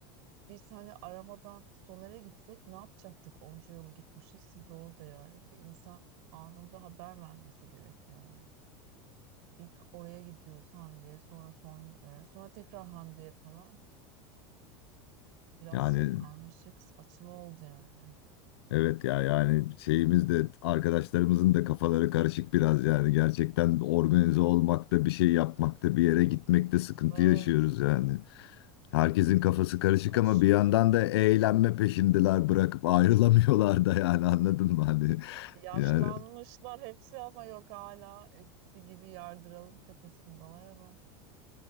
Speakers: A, on the right (about 55°); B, on the left (about 80°).
A: Biz hani aramadan Soner'e gitsek ne yapacaktık? Onca yıl gitmişiz siz orada yani. Bir insan anında haber vermesi gerek yani. İlk oraya gidiyoruz Hande'ye sonra sonlara sonra tekrar Hande'ye falan. Biraz
B: Yani
A: şey karmaşık saçma oldu yani.
B: Evet ya yani şeyimiz de arkadaşlarımızın da kafaları karışık biraz yani gerçekten organize olmakta bir şey yapmakta bir yere gitmekte sıkıntı
A: Evet
B: yaşıyoruz yani. Herkesin kafası karışık
A: saçma
B: ama bir yandan
A: oldu.
B: da eğlenme peşindeler bırakıp ayrılamıyorlar da yani anladın mı hani
A: Yaşlanmışlar
B: yani.
A: hepsi ama yok hala eskisi gibi yardıralım kafasındalar ama